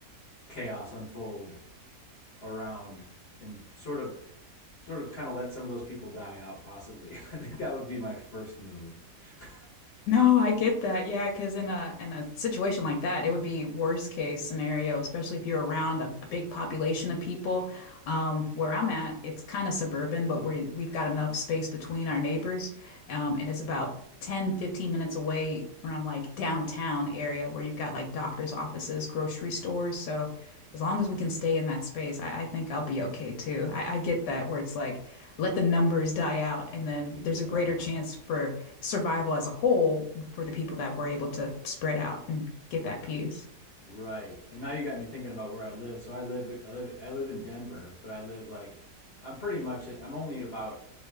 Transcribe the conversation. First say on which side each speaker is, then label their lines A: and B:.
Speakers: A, on the left; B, on the left.
A: chaos unfold around and sort of sort of kind of let some of those people die out possibly <laughs> i think that would be my first move <laughs>
B: No, I get that. Yeah, because in a in a situation like that, it would be worst case scenario, especially if you're around a, a big population of people. Um, where I'm at, it's kind of suburban, but we we've got enough space between our neighbors. Um, and it's about 10 15 minutes away from like downtown area where you've got like doctor's offices, grocery stores. So as long as we can stay in that space, I, I think I'll be okay too. I, I get that where it's like let the numbers die out, and then
A: yeah
B: there's a greater chance for survival as a whole for the people that were able to spread out and get that peace.
A: Right. And now you got me thinking about where I live. So I live I live I live in Denver, but I live like I'm pretty much I'm only about